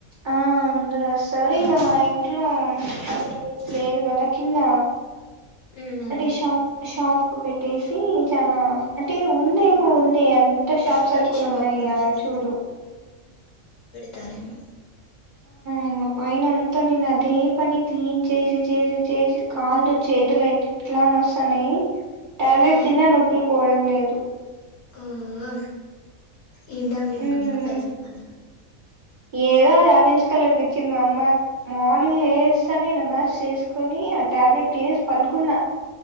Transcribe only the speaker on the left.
ఉమ్, అవునులే
ఉమ్,
కానీ
షాప్
ఉంటుంది
తారేమో
ఆ,
ఆ ఆ ఏం ట్యాబ్లేెట్
మింగినవ్ పారసీతమల్ ఆ